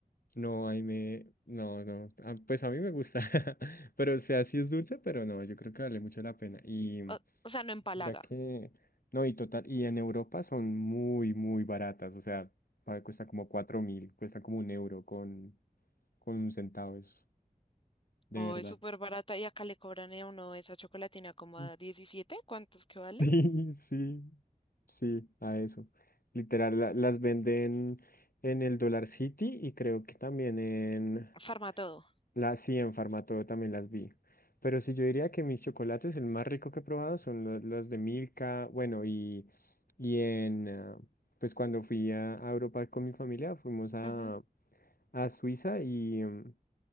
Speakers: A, on the left; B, on the left.
A: No, ahí me... No, no. Ah, Pues a mí me gusta. <laughs> Pero, o sea, sí es dulce, pero no, yo creo que vale mucho la pena. Y
B: O, o sea, no empalaga.
A: mira que... No, y total, y en Europa son muy, muy baratas. O sea, a ver, cuesta como cuatro mil, cuesta como un euro con, con un centavo, eso. De
B: Oh,
A: verdad.
B: es súper barata y acá le cobran a uno esa chocolatina como a
A: <laughs>
B: diecisiete ¿cuántos que vale?
A: Sí, sí, sí, a eso. Literal, la- las venden en el Dollar City y creo que también en...
B: Farmatodo.
A: La, sí, en Farmatodo también las vi. Pero sí, yo diría que mis chocolates, el más rico que he probado son los, los de Milka. Bueno, y, y en, ah, pues cuando fui a, a Europa con mi familia, fuimos a,
B: Ujú.
A: a Suiza y, mm,